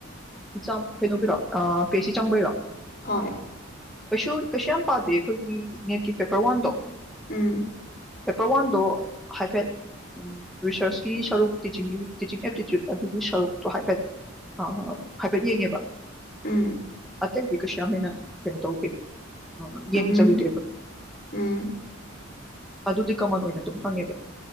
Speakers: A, in the centre; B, on the left (about 45°).
A: ꯆꯝ ꯀꯩꯅꯣꯒꯤꯔꯣ ꯑ ꯄꯤꯑꯦꯁꯤ ꯆꯪꯕꯒꯤꯔꯣ
B: ꯍꯣꯏ
A: ꯀꯩꯁꯨ ꯀꯩꯁꯨꯌꯥꯝ ꯄꯥꯗꯦ ꯈꯣꯏꯒꯤ ꯅꯦꯠꯀꯤ ꯄꯦꯄꯔ ꯋꯥꯟꯗꯣ
B: ꯎꯝ
A: ꯄꯦꯄꯔꯋꯥꯟꯗꯣ ꯍꯥꯏꯐꯦꯠ ꯔꯤꯁꯔꯁꯀꯤ ꯁꯔꯨꯛ ꯇꯤꯆꯤꯡꯒꯤ ꯇꯤꯆꯤꯡ ꯑꯦꯞꯇꯤꯆꯨꯠ ꯑꯗꯨꯒꯤ ꯁꯔꯨꯛꯇꯣ ꯍꯥꯏꯐꯦꯠ ꯑ ꯍꯥꯏꯐꯦꯠ ꯌꯦꯡꯑꯦꯕ
B: ꯎꯝ
A: ꯑꯇꯩꯗꯤ ꯀꯩꯁꯨꯌꯥꯞꯍꯦꯟꯅ ꯀꯩꯅꯣ ꯇꯧꯗꯦ
B: ꯎꯝ
A: ꯌꯦꯡꯖꯜꯂꯨꯗꯦꯕ
B: ꯎꯝ
A: ꯑꯗꯨꯗꯤ ꯀꯥꯃꯟ ꯑꯣꯏꯅ ꯑꯗꯨꯝ ꯍꯪꯉꯦꯕ